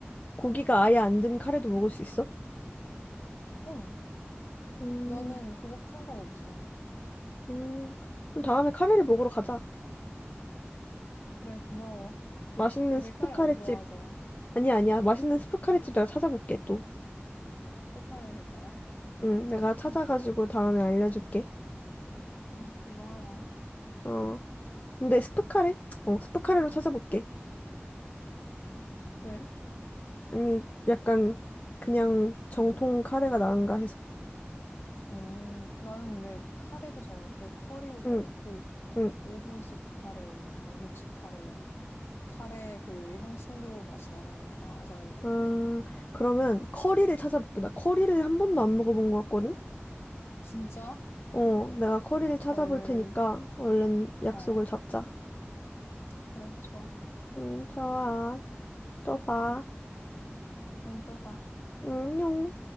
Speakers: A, on the left; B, on the left.
A: 고기가
B: 음.
A: 아예 안 든 카레도 먹을 수 있어?
B: 응.
A: 음,
B: 나는 그거 상관없어.
A: 음. 그럼 다음에 카레를 먹으러 가자.
B: 그래, 고마워.
A: 맛있는
B: 근데
A: 스프
B: 카레
A: 카레집.
B: 안 좋아하잖아.
A: 아니야, 아니야. 맛있는 스프 카레집 내가 찾아볼게, 또.
B: 스팸 카레는 괜찮아?
A: 응, 내가
B: <clears throat>
A: 찾아가지고 다음에 알려줄게.
B: 응, 고마워.
A: 어, 근데 스프 카레? 어, 스프 카레로 찾아볼게.
B: 왜?
A: 아니, 약간 그냥 정통 카레가 나은가 해서.
B: 음, 나는 근데 카레도 잘 먹고, 커리도 잘
A: 응,
B: 먹고,
A: 응.
B: 일본식 카레, 뭐 영국식 카레, 그냥 카레 그 향신료 맛이 나는 건 다 잘 먹어.
A: 아, 그러면 커리를 찾아볼게. 나 커리를 한 번도 안 먹어본 것 같거든?
B: 진짜?
A: 어, 내가 커리를 찾아볼
B: 헐.
A: 테니까 얼른 약속을
B: 어,
A: 잡자.
B: 그래, 좋아.
A: 응, 좋아. 또 봐.
B: 음, 응, 또 봐.
A: 응, 안녕.